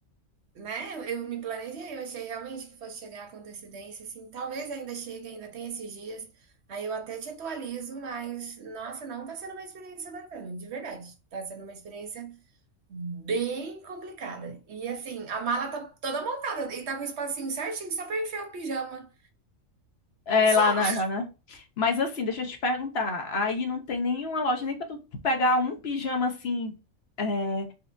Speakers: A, on the right; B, on the left.
A: né, eu me planejei, eu achei realmente que fosse chegar com antecedência, assim, talvez ainda chegue, ainda tem esses dias, aí eu até te atualizo, mas, nossa, não tá sendo uma experiência bacana, de verdade. Tá sendo uma experiência bem complicada. E, assim, a mala tá toda montada e tá com o espacinho certinho só pra enfiar o pijama.
B: É,
A: Só
B: lá na, lá na- Mas assim, deixa eu te perguntar. Aí não tem nenhuma loja nem pra tu pegar um pijama assim, é,